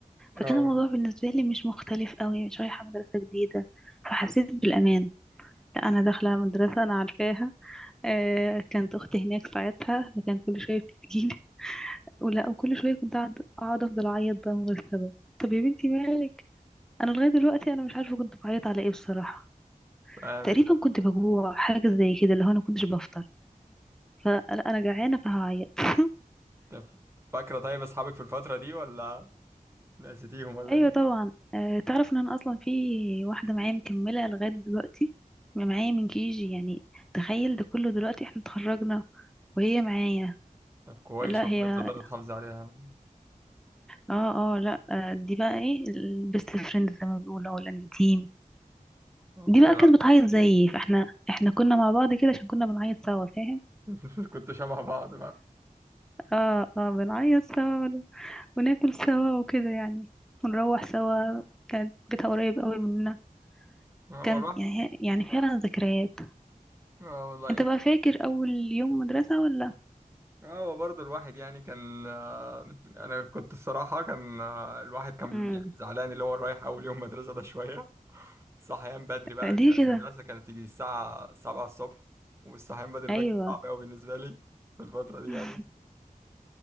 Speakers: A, on the right; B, in the centre.
A: اه
B: فكان الموضوع بالنسبة لي مش مختلف قوي مش رايحة مدرسة جديدة فحسيت بالأمان لا أنا داخلة مدرسة أنا عارفاها آه كانت أختي هناك ساعتها فكانت كل شوية بتجيلي <laughs> ولا وكل شوية كنت أقعد أقعد أفضل أعيط بقى من غير سبب طب يا بنتي مالك أنا لغاية دلوقتي أنا مش عارفة كنت بعيط على إيه بصراحة
A: فاهمك
B: تقريبا
A: آه.
B: كنت بجوع حاجة زي كده اللي هو أنا كنتش بفطر فلا أنا جعانة فهعيط <laughs>
A: طب فاكرة طيب أصحابك في الفترة دي ولا نسيتيهم ولا
B: ايوه
A: إيه؟
B: طبعا أه تعرف ان انا اصلا في واحده معايا مكمله لغايه دلوقتي معايا من كيجي يعني تخيل ده كله دلوقتي احنا اتخرجنا وهي معايا
A: طب كويس
B: لا
A: والله
B: هي
A: إن أنت قدرت تحافظ عليها
B: اه اه لا آه، دي بقى ايه البيست فريند زي ما بيقولوا او الانتيم
A: آه،
B: دي بقى
A: يلا.
B: كانت بتعيط زيي فاحنا احنا كنا مع بعض كده عشان كنا بنعيط سوا فاهم
A: <laughs> كنت شبه بعض بقى
B: اه اه بنعيط سوا ون- وناكل سوا وكده يعني ونروح سوا كانت بيتها قريب قوي مننا
A: آه
B: كان
A: والله
B: يعني يعني فعلا ذكريات
A: آه والله
B: انت بقى فاكر اول يوم مدرسة ولا
A: آه، هو برضه الواحد يعني كان آه، انا كنت الصراحه كان آه، الواحد كان
B: امم
A: يعني زعلان اللي هو رايح اول يوم مدرسه ده شويه صحيان بدري بقى
B: ليه
A: المدرسه
B: كده
A: كانت تيجي الساعه 7 الصبح والصحيان بدري
B: ايوه
A: ده كان صعب قوي بالنسبه لي في الفتره دي
B: <laughs>
A: يعني